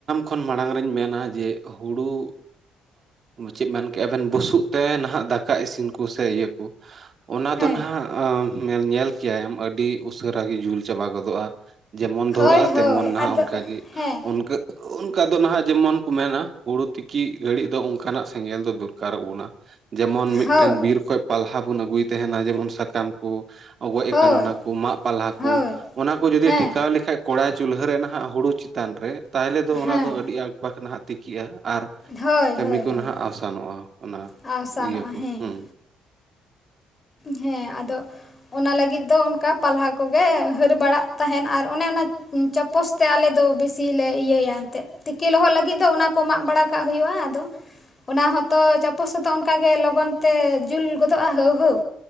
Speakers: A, on the right; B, on the left.
A: ᱛᱚᱠᱷᱚᱱ ᱢᱟᱲᱟᱝ ᱨᱮᱱ ᱢᱮᱱᱟ ᱡᱮ ᱦᱳᱲᱳ ᱪᱮᱫ ᱢᱮᱱ ᱠᱮᱜ-ᱟ ᱟᱵᱮᱱ ᱵᱩᱥᱩᱵ ᱛᱮ ᱱᱟᱦᱟᱜ ᱫᱟᱠᱟ ᱤᱥᱤᱱ ᱠᱚ ᱥᱮ ᱤᱭᱟᱹ ᱠᱚ ᱚᱱᱟ
B: ᱦᱮᱸ
A: ᱫᱚ ᱱᱟᱦᱟᱜ ᱧᱮᱞ ᱧ ᱠᱮᱭᱟᱢ ᱟᱹᱰᱤ ᱩᱥᱟᱹᱨᱟ ᱜᱮ ᱡᱩᱞ ᱪᱟᱵᱟ ᱜᱚᱫᱚᱜᱼᱟ᱾ ᱡᱮᱢᱚᱱ
B: ᱦᱳᱭ
A: ᱫᱷᱚᱨᱟᱜᱼᱟ
B: ᱦᱳᱭ
A: ᱛᱮᱢᱚᱱ ᱱᱟᱦ
B: ᱟᱫᱚ
A: ᱚᱱᱠᱟᱜ ᱜᱮ
B: ᱦᱮᱸ
A: ᱚᱱᱠᱟ ᱚᱱᱠᱟ ᱫᱚ ᱱᱟᱦᱟᱜ ᱡᱮᱢᱚᱱ ᱠᱚ ᱢᱮᱱᱟ ᱦᱩᱲᱩ ᱛᱤᱠᱤ ᱜᱷᱟᱹᱲᱤᱡ ᱫᱚ ᱚᱱᱠᱟᱱᱟᱜ ᱥᱮᱸᱜᱮᱞ ᱫᱚ ᱫᱚᱨᱠᱟᱨᱚᱜ ᱵᱚᱱᱟ ᱡᱮᱢᱚᱱ ᱢᱤᱫᱴᱮᱱ
B: ᱦᱳᱭ
A: ᱵᱤᱨ ᱠᱷᱚᱡ ᱯᱟᱞᱦᱟ ᱵᱚᱱ ᱟᱹᱜᱩᱭ ᱛᱟᱦᱮᱱᱟ ᱡᱮᱢᱚᱱ ᱥᱟᱠᱟᱢ ᱠᱚ ᱜᱚᱡ
B: ᱦᱳᱭ
A: ᱟᱠᱟᱱ ᱚᱱᱟ ᱠᱚ ᱢᱟᱜ ᱯᱟᱞᱦᱟ ᱠᱚ
B: ᱦᱳᱭ
A: ᱚᱱᱟ ᱠᱚ ᱡᱩᱫᱤ
B: ᱦᱮᱸ
A: ᱴᱮᱠᱟᱣ ᱞᱮᱠᱷᱟᱡ ᱠᱚᱲᱟᱭ ᱪᱩᱞᱦᱟᱹ ᱨᱮ ᱱᱟᱦᱟᱜ ᱦᱩᱲᱩ ᱪ ᱪᱮᱛᱟᱱ ᱨᱮ ᱛᱟᱦᱚᱞᱮ ᱫᱚ
B: ᱦᱮᱸ
A: ᱚᱱᱟ ᱫᱚ ᱟᱹᱰᱤ ᱟᱠᱵᱟᱠ ᱱᱟᱦᱟᱜ ᱛᱤᱠᱤᱜᱼᱟ ᱟᱨ
B: ᱦᱳᱭ
A: ᱠᱟᱹᱢᱤ
B: ᱦᱳᱭ
A: ᱠᱚ
B: ᱦᱳᱭ
A: ᱱᱟᱦᱟᱜ ᱟᱥᱟᱱᱚᱜᱼᱟ ᱚᱱᱟ
B: ᱟᱣᱥᱟᱱᱚᱜᱼᱟ
A: ᱤᱭᱟᱹ ᱠᱚ
B: ᱦᱮᱸ
A: ᱦᱩᱸ
B: ᱦᱮᱸ ᱟᱫᱚ ᱚᱱᱟ ᱞᱟᱹᱜᱤᱫ ᱫᱚ ᱚᱱᱠᱟ ᱯᱟᱞᱦᱟ ᱠᱚᱜᱮ ᱦᱟᱹᱨ ᱵᱟᱲᱟᱜ ᱛᱟᱦᱮᱱ ᱟᱨ ᱚᱱᱮ ᱚᱱᱟ ᱪᱟᱯᱚᱥ ᱛᱮ ᱟᱞᱮ ᱫᱚ ᱵᱤᱥᱤ ᱞᱮ ᱤᱭᱟᱹᱭᱟ ᱮᱱᱛᱮᱜ ᱛᱤᱠᱤ ᱞᱚᱦᱚᱫ ᱞᱟᱹᱜᱤᱫ ᱫᱚ ᱚᱱᱟ ᱠᱚ ᱢᱟᱜ ᱵᱟᱲᱟ ᱠᱟᱜ ᱦᱩᱭᱩᱜᱼᱟ ᱟᱫᱚ ᱚᱱᱟ ᱦᱚᱸᱛᱚ ᱪᱟᱯᱚᱥᱚᱛᱚ ᱚᱱᱠᱟ ᱜᱮ ᱞᱚᱜᱚᱱ ᱛᱮ ᱡᱩᱞ ᱜᱚᱫᱚᱜᱼᱟ ᱦᱟᱹᱣ ᱦᱟᱹᱣ᱾